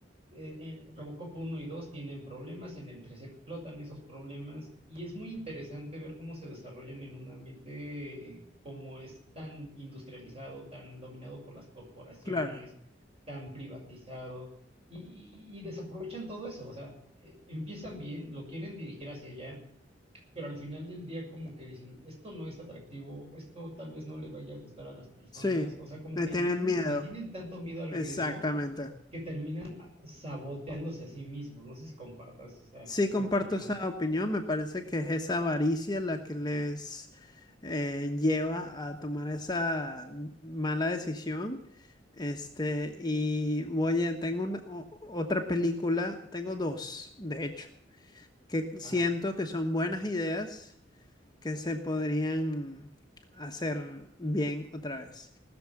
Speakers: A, on the right; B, on the left.
A: eh, eh, Robocop uno y 2 tienen problemas, en el 3 explotan esos problemas y es muy interesante ver cómo se desarrollan en un ambiente eh, como es tan industrializado, tan dominado por las corporaciones,
B: claro.
A: tan privatizado y, y- y desaprovechan todo eso. O sea, eh, empiezan bien, lo quieren dirigir hacia allá, pero al final del día como que dicen, esto no es atractivo, esto tal vez no le vaya a gustar a las personas,
B: Sí,
A: o sea, como
B: le
A: que
B: tienen
A: le, ten-
B: miedo.
A: le tienen tanto miedo al
B: Exactamente.
A: riesgo que terminan a- saboteándose a sí mismos. No sé si compartas esa,
B: Sí,
A: esa
B: comparto
A: opinión.
B: esa opinión. Me parece que es esa avaricia la que les eh, lleva a tomar esa mala decisión. Este, y oye, tengo una- o- otra película, tengo dos, de hecho, que siento
A: Ajá.
B: que son buenas ideas que se podrían hacer bien otra vez.